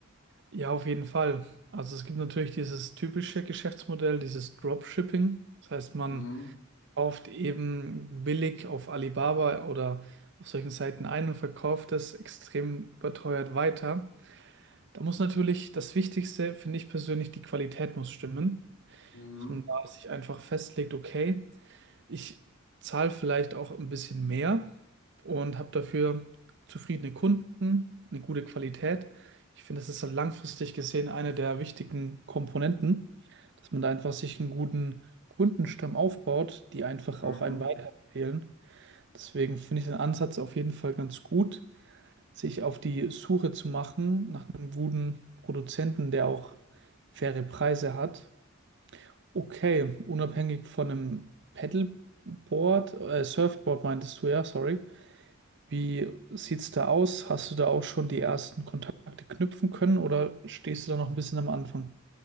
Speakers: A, on the right (about 60°); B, on the left (about 65°).
A: Ja, auf jeden Fall. Also es gibt natürlich dieses typische Geschäftsmodell, dieses Dropshipping. Das heißt, man
B: Mhm.
A: kauft eben billig auf Alibaba oder auf solchen Seiten ein und verkauft es extrem überteuert weiter. Da muss natürlich das Wichtigste, finde ich persönlich, die Qualität muss stimmen,
B: Mhm.
A: dass man da sich einfach festlegt, okay, ich zahle vielleicht auch ein bisschen mehr und habe dafür zufriedene Kunden, eine gute Qualität. Ich finde, das ist halt langfristig gesehen eine der wichtigen Komponenten, dass man da einfach sich einen guten Kundenstamm aufbaut, die einfach
B: Mhm.
A: auch einen weiterempfehlen. Deswegen finde ich den Ansatz auf jeden Fall ganz gut, sich auf die Suche zu machen nach einem guten Produzenten, der auch faire Preise hat Okay, unabhängig von einem Paddleboard, äh, Surfboard meintest du ja, sorry. Wie sieht's da aus? Hast du da auch schon die ersten Kontakte knüpfen können oder stehst du da noch ein bisschen am Anfang?